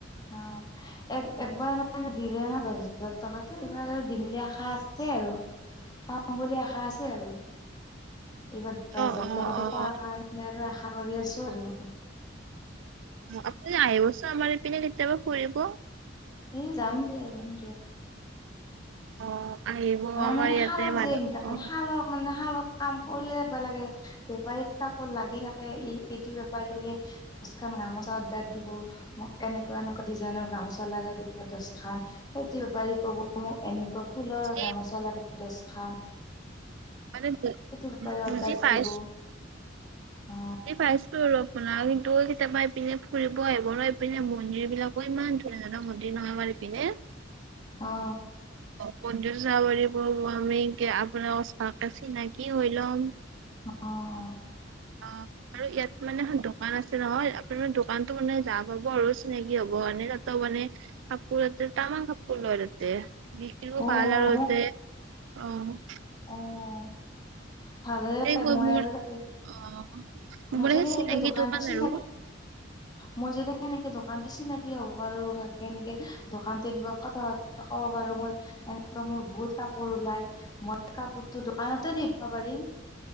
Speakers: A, on the left; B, on the right.
A: অ' এক-একবাৰ মানে দিলে না দহ হাজাৰ টকাতটো এইবাৰ আৰু দিম বুলি আশা আছে আৰু, পাম বুলি আশা আছে আৰু। এইবাৰ দহ
B: অ
A: হাজাৰ
B: অ
A: টকাতটো
B: অ
A: পাৰ
B: অ
A: কাৰণে আৰু আশা কৰি আছোঁ আৰু।
B: আপুনি আহিবচোন আমাৰ ইপিনে কেতিয়াবা ফুৰিব।
A: এ যাম দিয়া যাম দিয়।
B: অ'। আহিব
A: আমাৰ মানে
B: ইয়াতে
A: শালৰ
B: মানুহ
A: যে ইনকাম
B: অ
A: শালৰ মানে শালত কাম কৰিয়ে বে লাগে বেপাৰী কাপোৰ লাগি থাকে ই এইটো বেপাৰী বোলে দচখান গামোচা অদাৰ দিব মোক এনেকুৱা এনেকুৱা ডিজাইনৰ গামোচা লাগে দচ খান সেইটো বেপাৰী কব মোক এনেকুৱা ফুল
B: বুজি
A: গামোচা লাগে দচখান।
B: মানেজি
A: বেপাৰী অৰ্ডাৰ
B: বুজি
A: দিব
B: অ'
A: অ
B: জি পাইছোঁ আৰু আপোনা কিন্তু কেতিয়াবা এইপিনে ফুৰিব আহিব ন' এইপিনে মন্দিৰ বিলাকো ইমান ধুনীয়া ধুনীয়া মন্দিৰ নহয় আমাৰ এইপিনে। অ'
A: অ
B: পণ্ডয জা পৰিব <unintelligible> কে আপোনা অস্থা চিনাকি হৈ ল'ম।
A: অ
B: অ', আৰু ইয়াত মানে এখন দোকান আছে নহয়, আপোনাৰ মানে দোকানতো মানে যা, পাব আৰু চিনাকি হ'ব কাৰণে তাতো মানে কাপোৰ তাতে তামাম কাপোৰ লয় তাতে বিকিও
A: অ
B: ভাল আৰু
A: মোক
B: তাতে। অ'।
A: অ' ভালে
B: সেইবোৰ
A: মই
B: মোৰ
A: আৰু
B: মোৰ
A: তাতে
B: অ
A: মই
B: মোৰ
A: যদি
B: সেই
A: সেনেকে
B: চিনাকি
A: দোকানটো
B: দোকান
A: চিনাকি
B: আৰু
A: মই যদি সেনেকে দোকানটো চিনাকি হ'ব পাৰোঁ, ভালে এনেকে দোকানতে <unintelligible> কথা পাতি দেখাব পাৰো মই এনেক মোৰ বহুত কাপোৰ ওলাই মই কাপোৰটো দোকানতে দিব পাৰিম